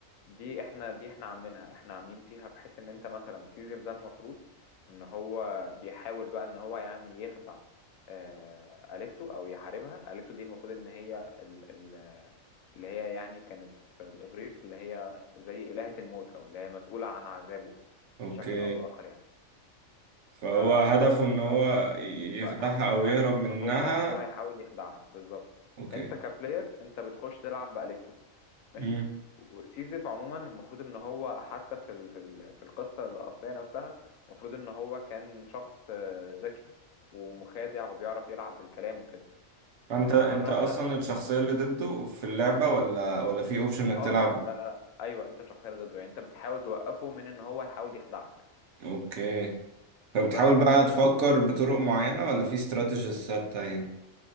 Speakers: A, on the left; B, on the right.
A: دي احنا دي احنا عاملينها احنا عاملين فيها بحيث ان انت مثلا سيزر ده المفروض ان هو بيحاول بقى ان هو يعني يخدع آه، اليكتو او يحاربها اليكتو دي المفروض ان هي ال ال اللي هي يعني كانت في الاغريق اللي هي زي الهة الموت او اللي هي مسؤولة عن عذابه
B: اوكي
A: بشكل او باخر يعني
B: فهو
A: فبس
B: هدفه ان
A: ف
B: هو ي-
A: فهدفه
B: يخدعها او يهرب
A: ان
B: منها
A: هو ان هو يحاول يخدعها بالظبط
B: اوكي
A: انت كبلاير انت بتخش تلعب باليكتو ماشي
B: امم
A: وسيزيف عموما المفروض ان هو حتى في ال... في ال... في القصه الاصليه نفسها المفروض ان هو كان شخص آه، ذكي ومخادع وبيعرف يلعب بالكلام وكده
B: فانت
A: فاحنا
B: انت
A: دربنا
B: اصلا
A: ال...
B: الشخصية اللي ضده في اللعبة ولا ولا في اوبشن انك
A: اه
B: تلعب
A: اه لا لا لا ايوه انت الشخصيه اللي ضده يعني انت بتحاول توقفه من ان هو يحاول يخدعك
B: اوكي فبتحاول
A: بس
B: بقى
A: ففي
B: تفكر بطرق معينة ولا في استراتيجيز ثابتة يعني